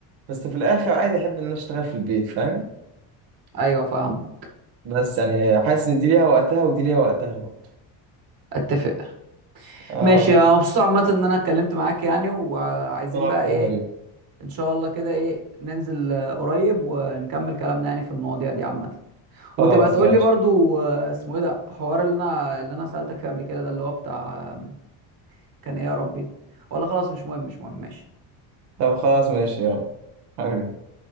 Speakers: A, on the right; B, on the right.
A: بس في الاخر عادي احب ان انا اشتغل في البيت فاهم
B: ايوه فاهم
A: بس يعني حاسس ان دي ليها وقتها ودي ليها وقتها برضه
B: اتفق
A: اه
B: ماشي
A: بس
B: أنا مبسوط عامة ان انا اتكلمت معاك يعني وعايزين
A: طلع
B: بقى
A: اكتر
B: ايه
A: يا حبيبي
B: ان شاء الله كده ايه ننزل آه، قريب ونكمل كلامنا يعني في المواضيع دي عامة وتبقى
A: خلاص
B: تقول
A: ماشي
B: لي برضو آه، اسمه ايه ده حوار اللي انا اللي انا سألتك فيه قبل كده ده اللي هو بتاع آه، كان ايه يا ربي ولا خلاص مش مهم مش مهم ماشي
A: طب خلاص ماشي يلا حبيبي